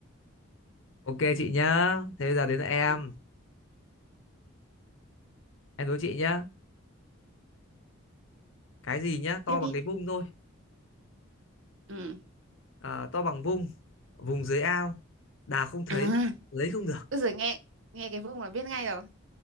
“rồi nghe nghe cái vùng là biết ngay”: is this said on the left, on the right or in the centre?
Right